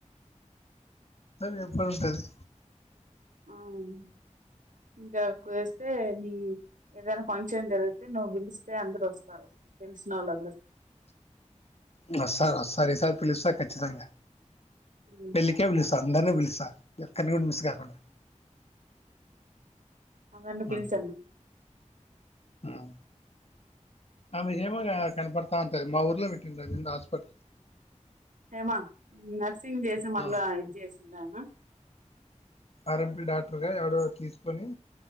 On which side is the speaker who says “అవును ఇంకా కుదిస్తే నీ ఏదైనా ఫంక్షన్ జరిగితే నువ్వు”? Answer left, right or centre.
Right